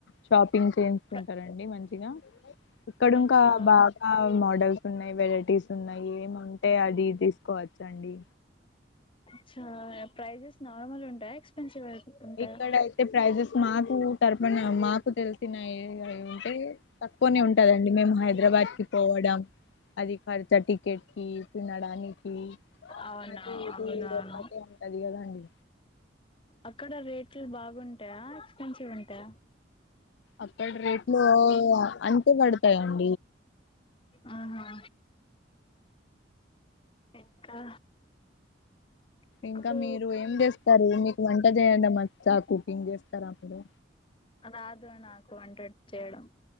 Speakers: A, on the left; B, on the left.
A: షాప్ రింగ్ చేయించుకుంటారండి
B: ప్ర
A: మంచిగా ఇక్కడ
B: అచ్చా
A: ఇంకా బాగా మోడల్స్ ఉన్నాయి వెరైటీస్ ఉన్నాయి ఏమింటే అది తీసుకోవచ్చు అండి
B: అచ్చ ప్రైజెస్ నార్మల్ ఉంటయ ఎక్స్పెన్సివ్ ఉంటాయా
A: ఇక్కడయితే ప్రైజెస్ మాకు తరపన మాకు తెలిసిన ఉంటే క్కువనే ఉంటదండి మేము హైదరాబాద్కి పోవడం అది హర్చ టికెట్కి తినడానికి
B: అవునా
A: అది ఇది
B: అవునవును
A: ఒకటే ఉంటది కదండి
B: అక్కడ రేట్ ట్లు బాగుంటాయా ఎక్స్పెన్సివ్ ఉంటాయా
A: అక్కడ రేట్లు అంతే పడతాయండి
B: ఆహా ఇంకా మీకు
A: ఇంకా మీరు ఏం చేస్తారు మీకు వంట చేయడ మోచ్చా కుకింగ్ చేస్తార మీరు
B: రాదు నాకు వంట చేయడం